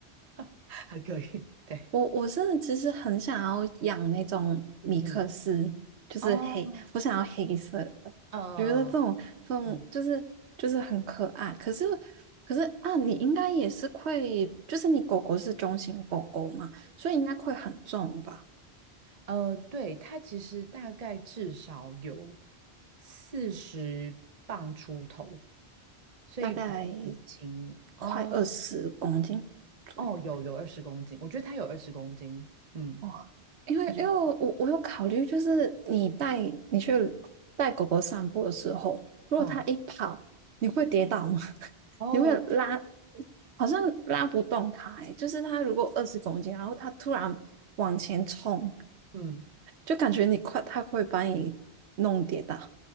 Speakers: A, on the right; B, on the right.
A: <laughs> 还可以，对，
B: 我我真的其实很想要养那种米克斯，
A: 嗯，
B: 就是黑，
A: 哦，
B: 我想要黑色的，
A: 嗯嗯，
B: 觉得这种这种就是就是很可爱。
A: 嗯嗯
B: 可是可是啊，你应该也是会，就是你狗狗是中型狗狗嘛，所以应该会很重吧，
A: 呃，对，它其实大概至少有四十磅出头。所以不
B: 大概
A: 轻哦
B: 快二十公斤左右。
A: 哦，有有二十公斤，我觉得它有二十公斤，嗯，
B: 哦，因为因为我我有考虑，
A: 也就是
B: 就是你带你去带狗狗散步的时候，如果它一跑，
A: 嗯
B: 你会跌倒吗？<laughs>
A: 哦，
B: 你会拉，
A: 它
B: 好像拉不动它、欸，就是它如果二十公斤，然后它突然往前冲，
A: 嗯。
B: 就感觉你快，它会把你弄跌倒。